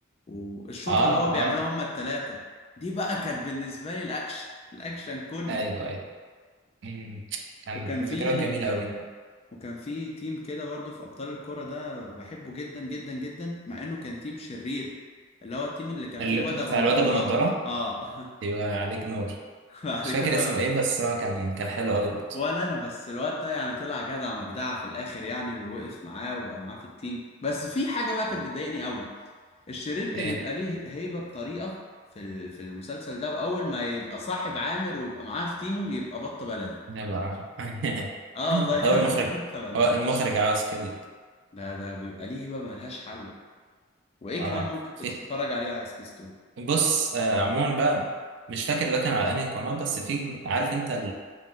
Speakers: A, on the left; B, on the right.
A: والشوطه
B: اه
A: اللي هو بيعملوها
B: اه
A: هما التلاتة دي بقى كانت بالنسبه لي الاكشن الاكشن كله
B: ايوه ايوه أمم، كان
A: وكان في
B: ذكريات جميلة
A: آه،
B: قوي
A: وكان في تيم كده برضو في ابطال الكرة ده بحبه جدا جدا جدا مع انه كان تيم شرير اللي هو التيم اللي كان
B: ال...
A: فيه الواد
B: بتاع
A: ابو نضارات
B: الواد ابو نضارة
A: اه
B: يبقى عليك نور
A: <laughs> بعد
B: مش
A: كده
B: فاكر اسمه
A: راح
B: ايه بس هو كان كان حلو قوي برضه
A: ولا انا بس الواد ده يعني طلع جدع مجدع في الاخر يعني ووقف معاه وبقى معاه في التيم بس في حاجه بقى كانت بتضايقني قوي الشرير كان
B: ايه
A: يبقى ليه هيبة بطريقة في ال- في المسلسل ده واول ما يبقى صاحب عامر ويبقى معاه في تيمه يبقى بط بلدي
B: نبقى <laughs>
A: اه الله
B: هو
A: يبقى
B: المخرج
A: <laughs> بط بلدي
B: هو المخرج عاوز كده
A: ده ده بيبقى ليه هيبة ملهاش حل يعني وايه
B: اه
A: كمان ممكن كنت
B: في
A: تتفرج عليه على سبيستون
B: بص آه عموما بقى مش فاكر ده كان على انهي قناة بس في عارف انت